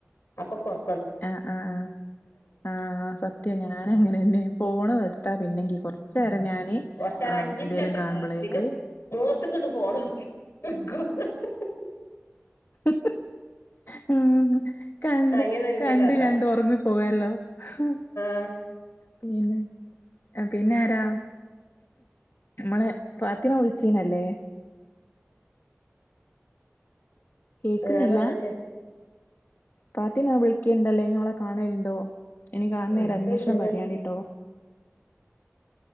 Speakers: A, on the left; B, on the left.
A: അപ്പൊ കുറ
B: ആഹ് ആഹ് ആഹ് ആഹ സത്യ ഞാനും അങ്ങനെ തന്നെ ആ. ഫോണ് എടുത്താ പിന്നെങ്കി കൊറച്ച നേരം ഞാന്
A: കുറച്ചേരം അഞ്ച് മിനിറ്റ്
B: എന്തേലും
A: ഒക്കെ
B: കാണുമ്പോളേക്ക്
A: <unintelligible>
B: ഹ ഹ ഹ ഹ ഉ കണ്ട്
A: അങ്ങനെയാണ് ഇന്റെ
B: കണ്ട്
A: കഥ
B: കണ്ട് ഉറങ്ങി പോവല്ലോ. ഹ
A: ആഹ
B: പിന്നെ പിന്നെ ആരാ? നമ്മള് ഫാത്തിമ വിളിച്ചേനല്ലേ <inaudible> കേക്കുന്നില്ല
A: വേറെന്തൊക്കെ
B: ഫാത്തിമ വിളിക്കുണ്ടല്ലേ നീ ഓളെ കാണലുണ്ടോ? എനി കാണുന്നേര
A: എന്ത്
B: അന്വേഷണം
A: സുഖം
B: പറയാണ്ടിട്ടോ